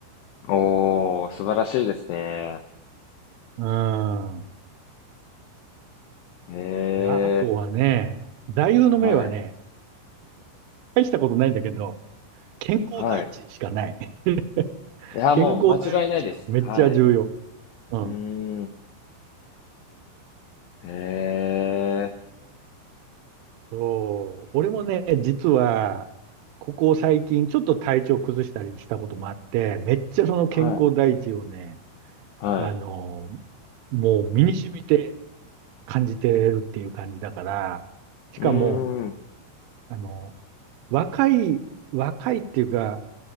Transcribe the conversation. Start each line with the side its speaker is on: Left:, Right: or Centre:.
Left: おお、素晴らしいですね。
Right: うん。うん。
Left: へ
Right: で、あとはね、
Left: え。
Right: 座右の銘はね、
Left: はい。
Right: 大したことないんだけど、健康第一しかない。
Left: はい。
Right: <laughs>
Left: いや、
Right: 健康第一がめっちゃ重要。
Left: もう間違いないです。はい。う
Right: うん。
Left: ーん。へえ。
Right: そう。俺もね、実は、ここ最近ちょっと体調崩したりしたこともあって、めっちゃその健康第一をね、
Left: はい。はい。
Right: あの、もう身に染みて感じてるっていう感じだから、しかも、
Left: うーん。
Right: あの、若い、若いっていうか、